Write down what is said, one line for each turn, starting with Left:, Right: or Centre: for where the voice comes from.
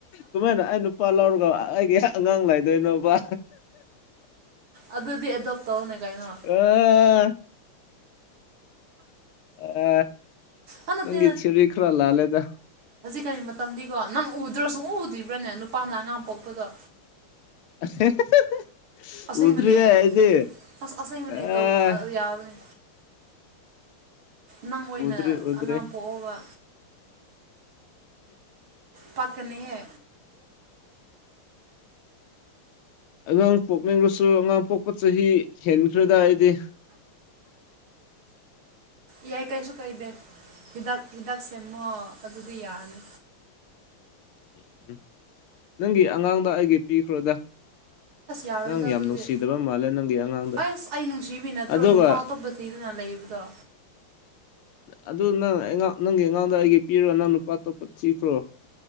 Left: ꯀꯃꯥꯏꯅ ꯑꯩ ꯅꯨꯄꯥ ꯂꯧꯔꯒ ꯑꯩꯒꯤ ꯑꯉꯥꯡ ꯂꯩꯗꯣꯏꯅꯣꯕ
Right: ꯑꯗꯨꯗꯤ ꯑꯦꯗꯣꯞ ꯇꯧꯔꯅꯦ ꯀꯥꯏꯩꯅꯣ
Left: ꯑ ꯑ
Right: ꯑꯥ ꯅꯠꯇꯦ
Left: ꯅꯪ ꯏ ꯁꯤꯔꯤ ꯈ꯭ꯔꯂ ꯑꯜꯂꯦꯗ
Right: ꯀꯔꯤ ꯃꯇꯝꯗꯤꯀꯣ ꯅꯪ ꯎꯗ꯭ꯔꯣ ꯁꯨꯡ ꯎꯗ꯭ꯔꯤꯕ꯭ꯔꯅꯦ ꯅꯨꯄꯥꯅ ꯑꯉꯥꯡ ꯄꯣꯛꯄꯗꯣ
Left: <inaudible>
Right: ꯑꯁꯦꯡꯕꯅꯦ
Left: ꯎꯗ꯭ꯔꯤꯌꯦ ꯑꯩꯗꯤ
Right: ꯑ ꯑꯁꯦꯡꯕꯅꯦ
Left: ꯑꯦ
Right: ꯇꯧ ꯌꯥꯕꯅꯤ ꯅꯪ ꯑꯣꯏꯅ
Left: ꯎꯗ꯭ꯔꯤ ꯎꯗ꯭ꯔꯤ
Right: ꯑꯉꯥꯡ ꯄꯣꯛꯑꯕ ꯄꯀꯅꯤꯌꯦ
Left: ꯑꯉꯥꯡ ꯄꯣꯛꯅꯤꯡꯕꯁꯨ ꯑꯉꯥꯡ ꯄꯣꯛꯄ ꯆꯍꯤ ꯍꯦꯟꯈ꯭ꯔꯗ ꯑꯩꯗꯤ <inaudible>
Right: ꯌꯥꯏ ꯀꯩꯁꯨ ꯀꯩꯗꯦ ꯍꯤꯗꯥꯛ ꯍꯤꯗꯥꯛ ꯁꯦꯝꯃꯣ ꯑꯗꯨꯗꯤ ꯌꯥꯅꯤ
Left: ꯎꯝ ꯎꯝ ꯅꯪꯒꯤ ꯑꯉꯥꯡꯗꯣ ꯑꯩꯒꯤ ꯄꯤꯈ꯭ꯔꯣꯗ
Right: ꯌꯥꯔꯣꯏꯗ
Left: ꯅꯪ ꯌꯥꯝ
Right: ꯑꯗꯨꯗꯤ
Left: ꯅꯨꯡꯁꯤꯗꯕ ꯃꯥꯜꯂꯦ ꯅꯪꯒꯤ ꯑꯉꯥꯡꯗ
Right: ꯑꯁ ꯑꯩ ꯅꯨꯡꯁꯤꯕꯤ ꯅꯠꯇ꯭ꯔꯣ
Left: ꯑꯗꯨꯒ
Right: ꯅꯨꯄꯥ ꯑꯇꯣꯞꯄ ꯊꯤꯗꯅ ꯂꯩꯕꯗꯣ
Left: ꯑꯗꯨ ꯅꯪꯉ ꯅꯪꯒꯤ ꯑꯉꯥꯡꯗ ꯑꯩꯒꯤ ꯄꯤꯔꯣ ꯅꯪ ꯅꯨꯨꯄꯥ ꯑꯇꯣꯞꯄ ꯊꯤꯈ꯭ꯔꯣ